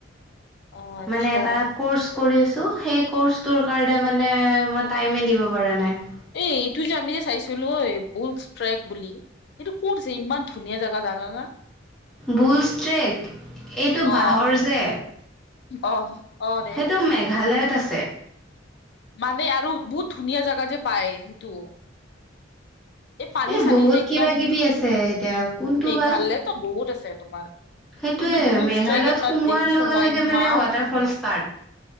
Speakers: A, on the left; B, in the centre.
A: অ', আচ্ছা
B: মানে এটা ক'ৰ্চ কৰি আছো সেই ক'ৰ্চটোৰ কাৰণে মানে মই টাইমে দিব পৰা নাই।
A: এই এইটো যে আমি যে চাইছিলো ঐ বুল ষ্টেক বুলি। সেইটো ক'তছে ইমান ধুনীয়া জাগা জানা না?
B: বুল ষ্ট্ৰেক এইটো
A: অ',
B: বাঁহৰ যে?
A: অ'। অ', দে
B: সেইটো মেঘালয়ত আছে।
A: মানে আৰু বহুত ধুনীয়া জাগা যে পায় সেইটো। এই পানী
B: এ
A: চানী
B: বহুত
A: যে একদম
B: কিবা কিবি আছে এতিয়া কোনটো
A: মেঘালয়তো
B: বা
A: বহুত আছে তোমাৰ।
B: সেইটোয়ে
A: কিন্তু বুল
B: মেঘালয়ত
A: ষ্ট্ৰেক এটাত
B: সোমোৱাৰ
A: দেখিছো
B: লগে
A: মই
B: লগে
A: ইমান
B: মানে ৱাটাৰফল
A: ধুনীয়া।
B: ষ্টাৰ্ট